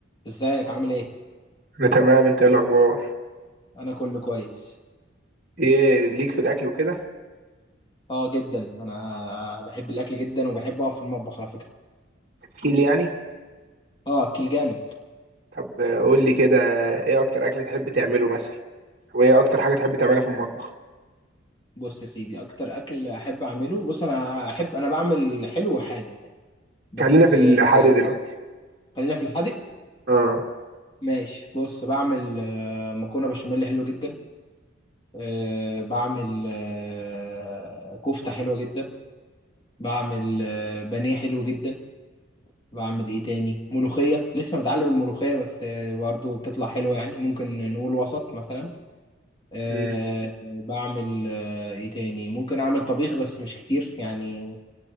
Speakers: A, on the left; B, on the right.
A: ازيك عامل ايه؟
B: انا تمام انت ايه الاخبار
A: انا كله كويس
B: ايه ليك في الاكل وكده
A: اه جدا انا بحب الاكل جدا وبحب اقف في المطبخ على فكره
B: احكي لي يعني
A: اه اكل جامد
B: طب آه، قول لي كده ايه اكتر اكل تحب تعمله مثلا وايه اكتر حاجه تحب تعملها في المطبخ
A: بص يا سيدي اكتر اكل احب اعمله بص انا احب انا بعمل حلو وحادق بس
B: خلينا في
A: آه،
B: الحادق دلوقتي
A: خلينا في الحادق
B: اه
A: ماشي بص بعمل آه، مكرونه بشاميل حلو جدا آه، بعمل آه، كفته حلوه جدا بعمل آه، بانيه حلو جدا بعمل ايه تاني ملوخيه لسه متعلم الملوخيه بس آه، برضه بتطلع حلوه يعني ممكن نقول وسط مثلا أه
B: مم.
A: بعمل أه ايه تاني ممكن اعمل طبيخ بس مش كتير يعني